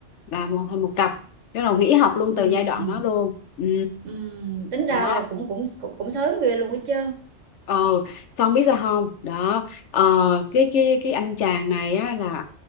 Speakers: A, on the left (about 70°); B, on the right (about 75°).
A: là một thành một cặp. Bắt đầu nghỉ học luôn
B: Ừ.
A: từ giai đoạn đó luôn. Ừ.
B: Ừ. Tính ra
A: Đó
B: là cũng cũng cũng, cũng sớm ghê luôn á chứ.
A: Ờ, xong biết sao không? Đó, ờ, cái cái cái anh chàng này á là